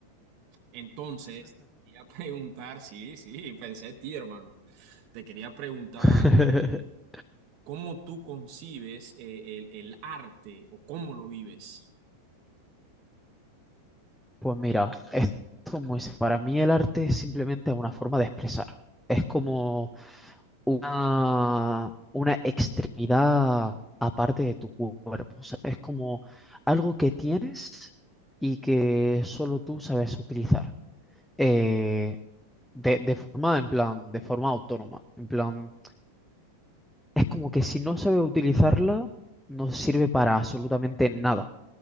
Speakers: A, on the right; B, in the centre.
A: Entonces, quería <laughs> preguntar, sí, sí, pensé en ti, hermano. Te quería preguntar
B: <laughs>
A: eh, ¿Cómo tú concibes eh, el, el arte o cómo lo vives?
B: Pues mira, esto es muy... sen- Para mí el arte es simplemente una forma de expresar. Es como una, una extremidad aparte de tu cuerpo. O sea, es como algo que tienes y que solo tú sabes utilizar. Eh, de, de forma, en plan, de forma autónoma. En plan... es como que si no sabes utilizarla, no sirve para absolutamente nada.